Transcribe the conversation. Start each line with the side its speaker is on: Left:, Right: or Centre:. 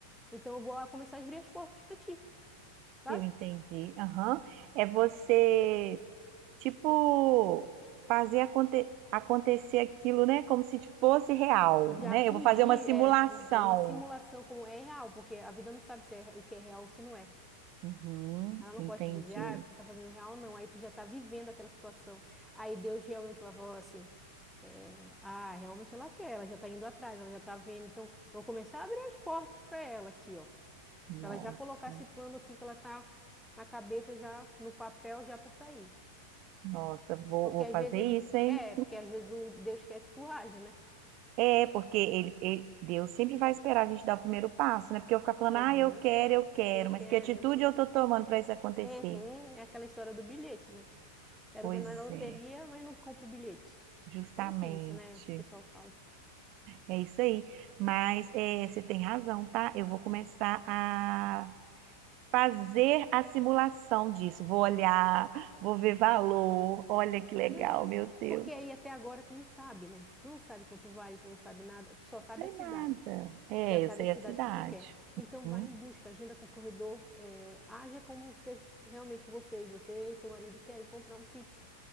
Centre: Então eu vou ah, começar a abrir as portas para ti, sabe?
Right: Eu entendi. Aham. É você, tipo, fazer aconte- acontecer aquilo, né? Como se fosse real,
Centre: Já
Right: né?
Centre: fingir,
Right: Eu vou fazer uma simulação.
Centre: é, fingir uma simulação como é real, porque a vida não sabe se é re- o que é real ou o que não é.
Right: Uhum,
Centre: Ela não
Right: entendi.
Centre: pode te dizer, ah, você está fazendo real, não. Aí tu já está vivendo aquela situação. Aí Deus realmente vai falar assim, é, ah, realmente ela quer, ela já está indo atrás, ela já está vendo. Então, eu vou começar a abrir as portas para ela aqui, ó.
Right: Nossa,
Centre: Pra ela já colocar esse plano aqui que ela tá na cabeça, já no papel, já para sair.
Right: nossa, vou,
Centre: Porque
Right: vou
Centre: às
Right: fazer
Centre: vezes ele...
Right: isso, hein?
Centre: É, porque às vezes o Deus quer que tu haja, né?
Right: É, porque ele, ele- Deus sempre vai esperar a gente dar o primeiro passo, né? Porque eu ficar falando,
Centre: Aham,
Right: ah, eu quero, eu quero,
Centre: eu
Right: mas
Centre: quero,
Right: que atitude
Centre: eu quero.
Right: eu tô tomando para isso acontecer?
Centre: Uhum, é aquela história do bilhete, né? Quero
Right: Pois
Centre: ganhar na loteria,
Right: é,
Centre: mas não compro o bilhete.
Right: justamente.
Centre: Meio que isso, né? O pessoal fala.
Right: É isso aí. Mas é, você tem razão, tá? Eu vou começar a fazer a simulação disso. Vou olhar, vou ver valor. Olha que legal,
Centre: Uhum.
Right: meu Deus.
Centre: Porque aí
Right: Não
Centre: até agora tu não sabe, né? Tu não sabe quanto vale, tu não sabe nada, tu só sabe
Right: sei
Centre: a cidade.
Right: nada. É,
Centre: Já sabe
Right: eu sei
Centre: a cidade
Right: a cidade.
Centre: que tu quer. Então
Right: Uhum,
Centre: vai em busca, agenda com o corredor, eh, haja como se realmente vocês, você e seu marido querem comprar um sítio.